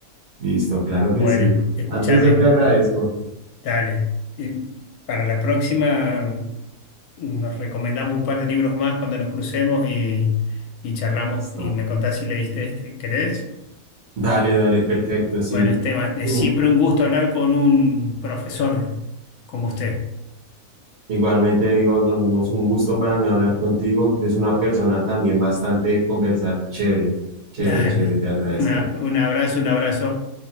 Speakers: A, on the right; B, on the left.
A: Listo, claro
B: Bueno,
A: que sí.
B: escúchame,
A: Antes yo te agradezco.
B: dale. Y para la próxima nos recomendamos un par de libros más cuando nos crucemos y, y charlamos
A: Listo.
B: y me contás si leíste este. ¿Querés?
A: Dale, dale, perfecto, sí.
B: Bueno, Esteban, es
A: Sí.
B: siempre un gusto hablar con un profesor como usted.
A: Igualmente digo lo mismo, es un gusto para mí hablar contigo. Eres una persona también bastante de conversar. Chévere,
B: <laughs>
A: chévere,
B: Dale.
A: chévere, te agradezco.
B: Una- un abrazo, un abrazo.